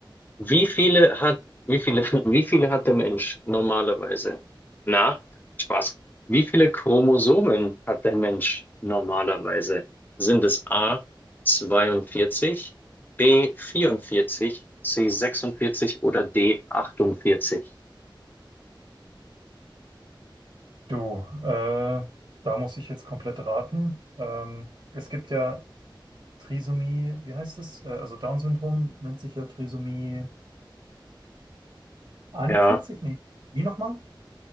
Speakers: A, on the left; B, on the right.
A: wie viele hat, wie viele, <laughs> wie viele hat der Mensch normalerweise? Na, Spaß. Wie viele Chromosomen hat der Mensch normalerweise? Sind es A 42, B 44, C 46 oder D 48?
B: Du, äh, da muss ich jetzt komplett raten. Ähm, es gibt ja Trisomie, wie heißt es? Äh, also Down-Syndrom nennt sich ja Trisomie einundvierzig.
A: Ja,
B: Nee, wie nochmal?